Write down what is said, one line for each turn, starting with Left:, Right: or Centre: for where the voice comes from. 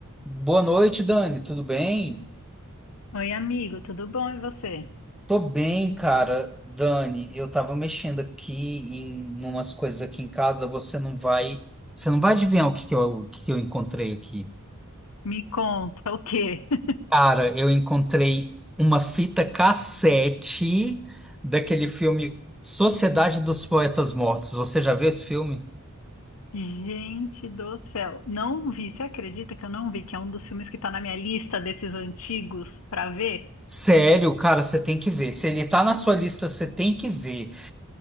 Centre: Boa noite, Dani. Tudo bem?
Left: Oi, amigo, tudo bom? E você?
Centre: Tô bem, cara. Dani, eu tava mexendo aqui em umas coisas aqui em casa. Você não vai, você não vai adivinhar o que que eu, o que que eu encontrei aqui.
Left: Me conta o quê? <laughs>
Centre: Cara, eu encontrei uma fita cassete daquele filme Sociedade dos Poetas Mortos. Você já viu esse filme?
Left: Gente do céu, não vi. Você acredita que eu não vi? Que é um dos filmes que tá na minha lista desses antigos pra ver?
Centre: Sério, cara, você tem que ver. Se ele tá na sua lista, você tem que ver.